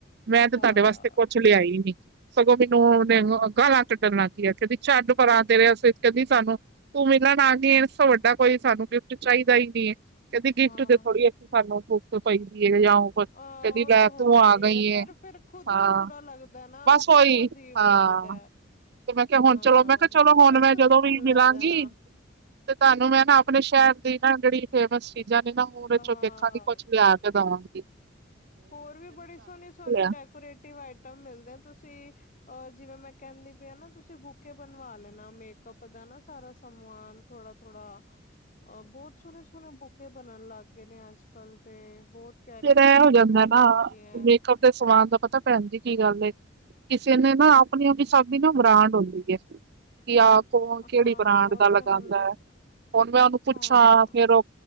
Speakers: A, on the right; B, on the left.
A: ਮੈਂ, ਤੇ
B: ਹਾਂ
A: ਤੁਹਾਡੇ ਵਾਸਤੇ ਕੁਛ ਲਿਆਈ ਨੀ। ਸਗੋਂ ਮੈਨੂੰ, ਉਹਨੇ ਗਾਲਾਂ ਕੱਟਣ ਲੱਗਗੀਆਂ, ਕਹਿੰਦੀ ਛੱਡ ਪਰਾਂ, ਤੇਰੇ ਆਸਤੇ, ਸੀ ਕਹਿੰਦੀ ਸਾਨੂੰ, ਤੂੰ ਮਿਲਣ ਆਨੀ ਏ, ਇਸ ਤੋ ਵੱਡਾ ਕੋਈ, ਸਾਨੂੰ ਗਿਫਟ ਚਾਹੀਦਾ ਹੀ ਨਹੀਂ ਏ। ਕਹਿੰਦੇ ਗਿਫਟ
B: ਹਾਂ
A: ਤੇ ਥੋੜ੍ਹੀ ਅਸੀ ਸਾਨੂੰ ਭੁੱਕ ਪੈਂਦੀ ਹੈ ਯਾਂ, ਉਹ
B: ਆਹ
A: ਕਦੀ
B: ਉਹ
A: ਲੈ,
B: ਤੇ ਹੁੰਦਾ
A: ਤੂੰ, ਆ
B: ਹੀ
A: ਗਈਂ
B: ਹੈ ਪਰ
A: ਏ,
B: ਫਿਰ ਖੁਦ
A: ਹਾਂ।
B: ਨੂੰ ਬੁਰਾ ਲੱਗਦਾ ਨਾ
A: ਬਸ,
B: ਖੁਦ
A: ਓਹੀ,
B: ਨੂੰ ਅਜੀਬ
A: ਹਾਂ!
B: ਲੱਗਦਾ
A: ਤੇ, ਮੈਂ ਕਿਹਾ ਹੁਣ
B: ਹਾਂ
A: ਚਲੋ, ''ਮੈਂ ਕਿਹਾ ਚਲੋ,
B: ਕੋਈ
A: ਹੁਣ,
B: ਨੀ
A: ਮੈਂ
B: ਤੁਸੀਂ
A: ਜਦੋਂ
B: ਹੁਣ
A: ਵੀ ਮਿਲਾਂਗੀ
B: ਲੈ ਜਾਣਾ
A: ਤੇ, ਤੁਹਾਨੂੰ ਮੈਂ, ਨਾ ਆਪਣੇ ਸ਼ਹਿਰ ਦੀ ਨਾ ਜਿਹੜੀ ਫੇਮਸ ਚੀਜ਼ਾਂ ਨੇ, ਨਾ ਕਦੇ,
B: ਹਾਂ
A: ਚੋਂ ਦੇਖਾਂਗੀ ਕੁਛ ਲਿਆ ਦਾਂਗੇ
B: ਹੋਰ ਵੀ, ਬੜੀ ਸੋਹਣੀ- ਸੋਹਣੀ
A: ਲਿਆ
B: ਡੈਕੋਰੇਟਿਵ ਆਈਟਮ ਮਿਲਦੇ। ਤੁਸੀਂ ਅ ਜਿਵੇਂ, ਮੈਂ ਕਹਿੰਨੀ ਪਈ ਆ, ਨਾ, ਤੁਸੀਂ ਬੁਕੇੇ ਬਣਵਾ ਲੈਣਾ। ਮੇਕਅਪ ਦਾ ਨਾ, ਸਾਰਾ ਸਮਾਨ ਥੋੜਾ-ਥੋੜਾ, ਅ ਬਹੁਤ ਸੋਹਣੇ, ਸੋਹਣੇ ਬੁ ਪੇ ਬਣਨ ਲੱਗ ਗਏ ਨੇ ਅੱਜ ਕਲ ਤੇ ਬਹੁਤ ਪਿਆਰੀ
A: ਫਿਰ
B: ਪੈਕਿੰਗ
A: ਇਹ ਹੋ ਜਾਂਦਾ
B: ਹੋਣ
A: ਨਾ
B: ਲੱਗ ਗਏ ।
A: ਮੇਕਅਪ ਸਮਾਨ ਦਾ ਪਤਾ ਭੈਣ ਜੀ ਕੀ ਗੱਲ ਏ ਕਿਸੇ ਨੇ ਨਾ ਆਪਣੀ ਆਪਣੀ ਸਭੀ ਨਾ ਬਰਾਂਡ ਹੁੰਦੀ ਹੈ । ਕੀ ਆਹ ਕੌਣ ਕਿਹੜੀ
B: ਹਾਂ
A: ਬ੍ਰਾਂਡ
B: ਉਹ
A: ਦਾ
B: ਤੇ
A: ਲਗਾਉਂਦਾ
B: ਹੁੰਦੇ
A: ਹੈ ਹੁਣ ਮੈਂ ਉਹਨੂੰ ਪੁੱਛਾਂ
B: ਹਾਂ
A: ਫੇਰ ਉਹ,